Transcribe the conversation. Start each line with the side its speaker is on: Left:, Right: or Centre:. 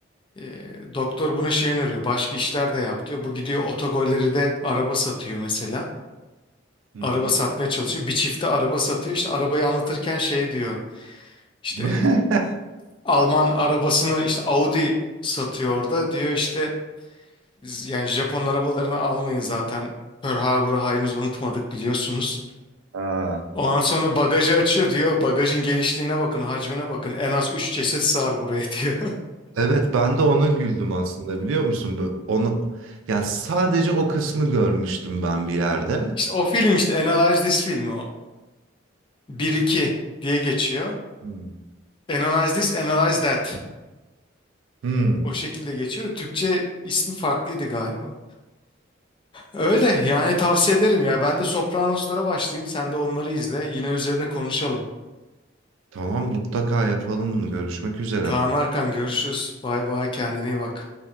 Left: e, doktor buna şey öneriyor başka işler de yap diyor. Bu gidiyor otogolleri de araba satıyor mesela.
Right: Hı
Left: Araba
Right: hı.
Left: satmaya çalışıyor. Bir çifte araba satıyor. İşte arabayı anlatırken şey diyor. İşte
Right: <laughs>
Left: Alman arabasını işte Audi satıyor orada diyor işte "Z- yani Japon arabalarını almayın zaten. Pearl Harbor'u henüz unutmadık biliyorsunuz.
Right: Aa,
Left: Ondan sonra bagajı açıyor diyor. Bagajın genişliğine bakın, hacmine bakın. En az 3 ceset sığar buraya <laughs> diyor.
Right: evet ben de ona güldüm aslında biliyor musun? Böyle onu yani sadece o kısmı görmüştüm ben bir yerde.
Left: İşte o film işte Analyze This filmi o. bir iki diye geçiyor.
Right: Hı.
Left: Analyze This, Analyze That.
Right: Hı.
Left: O şekilde geçiyor. da Türkçe ismi farklıydı galiba. Öyle yani tavsiye ederim ya. Ben de Sopranos'lara başlayayım. Sen de onları izle. Yine üzerine konuşalım.
Right: Tamam mutlaka yapalım bunu. Görüşmek üzere.
Left: Tamam Erkan görüşürüz. Bay bay kendine iyi bak.